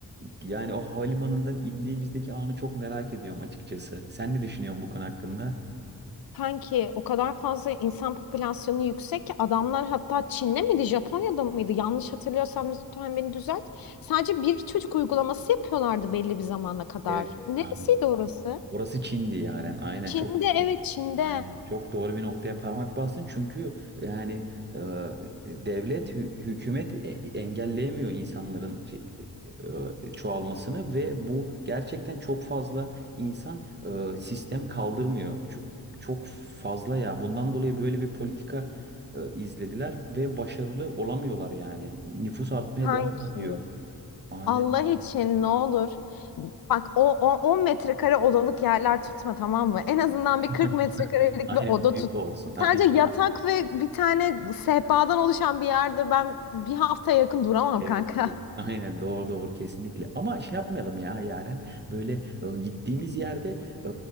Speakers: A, on the right (about 30°); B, on the left (about 70°).
A: yani o havalimanından indiğimizdeki anı çok merak ediyorum açıkçası. Sen ne düşünüyorsun bu konu hakkında?
B: Kanki o kadar fazla insan popülasyonu yüksek ki adamlar hatta Çin'de miydi, Japonya'da mıydı? Yanlış hatırlıyorsam lütfen beni düzelt. Sadece bir çocuk uygulaması yapıyorlardı belli bir zamana kadar.
A: Evet.
B: Neresiydi
A: Aynen.
B: orası?
A: Orası Çin'di yani. Aynen
B: Çin'de
A: çok
B: evet Çin'de.
A: aynen çok doğru bir noktaya parmak bastın. Çünkü yani e, devlet hü- hükümet e- engelleyemiyor insanların şey- e, e, çoğalmasını ve bu gerçekten çok fazla insan e, sistem kaldırmıyor. Çok, çok fazla ya. Bundan dolayı böyle bir politika e, izlediler ve başarılı olamıyorlar yani. Nüfus artmaya
B: Kanki.
A: devam ediyor. Aynen.
B: Allah için ne olur. Bak o, o 10 metrekare odalık yerler tutma tamam mı? En azından bir
A: <laughs>
B: 40 metrekarelik
A: Aynen
B: bir oda
A: büyük
B: tut.
A: olsun. <laughs>
B: Sadece yatak ve bir tane sehpadan oluşan bir yerde ben bir hafta yakın duramam
A: Evet.
B: kanka.
A: ki- Aynen doğru doğru kesinlikle. Ama şey yapmayalım ya Yaren. Böyle e, gittiğimiz yerde e,